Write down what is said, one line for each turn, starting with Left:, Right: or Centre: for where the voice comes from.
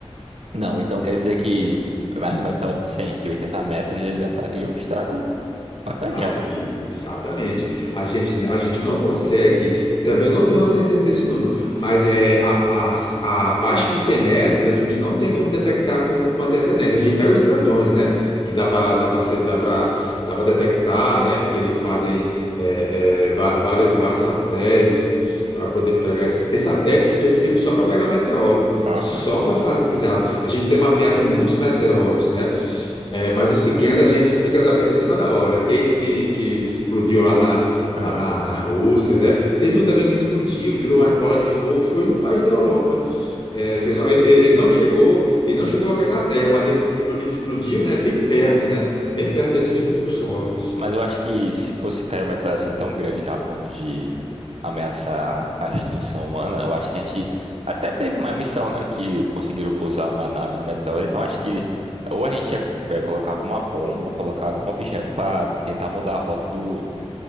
Right: Não, então quer dizer que mais um meteoro de 100, de 80 metros, ele já faria um estrago Bacaninha,
Left: Aí,
Right: né?
Left: exatamente. A gente, a gente não consegue, também não tenho a certeza desse número, mas é a, a- a- abaixo de 100 metros a gente não tem como detectar com, com antecedência. A gente pega os grandões, né? Que dá para dá para dá para dá para detectar, né? Porque eles fazem é, é, va- várias, vários satélites para poder pegar esses. Tem satélites específicos só para pegar meteoro,
Right: Aham.
Left: só para fazer. Exato. A gente tem mapeado muitos meteoros, né? É, mas os pequenos a gente fica sabendo em cima da hora, que é isso que, que explodiu lá na,
Right: É.
Left: lá na, na Rússia, né? Teve um também que explodiu, virou uma bola de fogo, foi num país da Europa. É, fez um- ele, ele ele não chegou, ele não
Right: Hum.
Left: chegou a cair na terra, mas ele, expl- ele explodiu, né? Bem perto, né? Bem perto de atingir o o solo.
Right: Mas eu acho que se fosse cair uma meteora assim tão grande que é a ponto de ameaçar a extinção humana, eu acho que a gente até teve uma missão, né, que conseguiram pousar uma nave no meteoro, então acho que ou a gente ia é, colocar alguma bomba ou colocar algum objeto para tentar mudar a rota do,